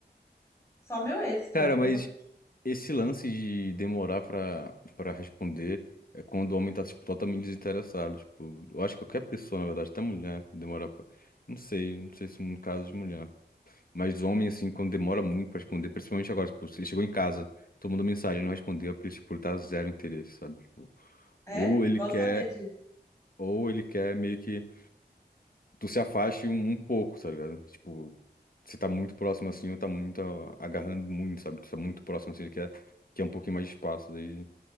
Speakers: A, on the left; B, on the left.
A: Só meu ex,
B: Cara,
A: já que
B: mas
A: não tô aqui.
B: esse lance de demorar pra, pra responder é quando o homem tá, tipo, totalmente desinteressado. Tipo, eu acho que qualquer pessoa, na verdade, até mulher, demorar pra... Não sei, não sei se no caso de mulher. Mas homem, assim, quando demora muito pra responder, principalmente agora, tipo, você chegou em casa, tomando mensagem, ele não respondeu é porque, tipo, ele tá zero interesse, sabe? Tipo,
A: É?
B: Ou ele
A: Bom
B: quer,
A: saber disso.
B: ou ele quer meio que tu se afaste um, um pouco, tá ligado? Tipo, você tá muito próximo assim, ou tá muito ó, agarrando muito, sabe? Tu tá muito próximo assim, ele quer, quer um pouquinho mais de espaço, daí